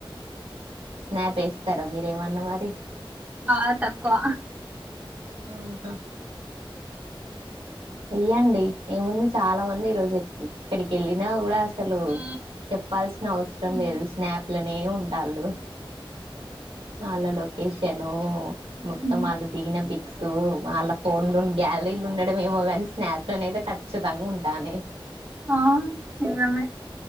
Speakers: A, on the right; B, on the right.
A: స్నాప్ వేస్తార మీరేమన్నా మరి
B: బాగా తక్కువ
A: ఆహా ఏయ్యండి ఏముంది చాలా మంది ఈ రోజు ఇక్కడికి వెళ్ళినా కూడా అసలు
B: ఆ
A: చెప్పాల్సిన అవసరం
B: హ్మ్.
A: లేదు స్నాప్ల నే ఉంటళ్ళు వాళ్ళ లొకేషను
B: హ్మ్.
A: మొత్తం వాళ్ళు దిగిన పిక్సూ, వాళ్ళ ఫోన్లుం గ్యాలరీలు ఉండడం ఏమో గాన్ స్నాప్ లోనయితే ఖచ్చితంగ ఉంటానయ్.
B: ఆ నిజమే